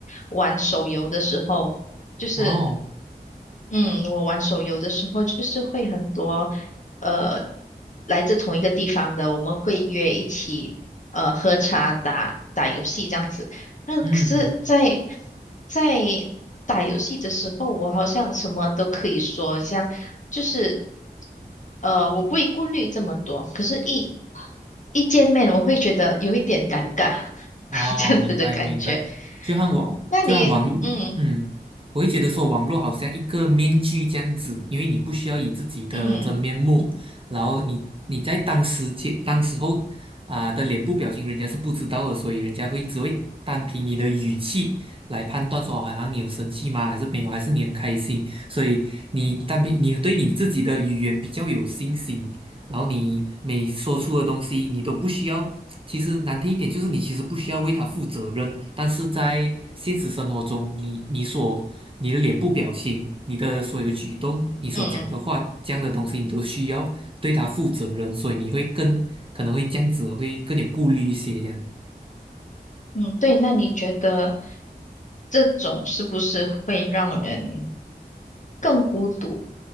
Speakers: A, on the left; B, on the right.
A: 玩手游的时候，就是
B: 然后
A: 嗯，我玩手游的时候，就是会很多，呃，来自同一个地方的，我们会约一起，呃，喝茶、打打游戏这样子。那可是在，
B: 嗯嗯。
A: 在打游戏的时候，我好像什么都可以说，像就是，呃，我不会顾虑这么多。可是一，一见面，我会觉得有一点尴尬，
B: 哦，
A: <laughs> 这样子的感觉。
B: 明白明白，就像网就像网，
A: 那你，嗯
B: 嗯，我会觉得说网络好像一个面具这样子，因为你不需要以自己的真面目，
A: 嗯
B: 然后你你在当时间当时候啊、的脸部表情，人家是不知道的，所以人家会只会单凭你的语气来判断说，哦，好像你有生气吗？还是没有？还是你很开心？所以你单凭你对你自己的语言比较有信心，然后你每说出的东西，你都不需要。其实难听一点，就是你其实不需要为他负责任。但是在现实生活中，你你所你的脸部表情、你的所有举动、你所讲的话，
A: 嗯。
B: 这样的东西，你都需要对他负责任。所以你会更可能会这样子，会更有顾虑一些。这样，
A: 嗯，对，那你觉得这种是不是会让人更孤独？